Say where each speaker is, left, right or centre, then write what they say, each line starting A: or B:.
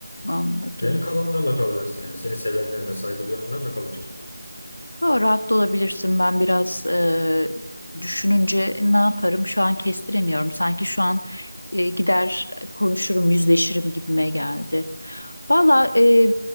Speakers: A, on the left; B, on the left.
A: Anladım.
B: Ve kalanlarla kalacaksın yani. Seni sevenlerle, saygı duyanlarla kalacaksın.
A: Doğru, haklı olabilirsin. Ben biraz e, düşününce ne yaparım şu an kestiremiyorum. Sanki şu an e, gider konuşurum, yüzleşirim gibime geldi. Valla e,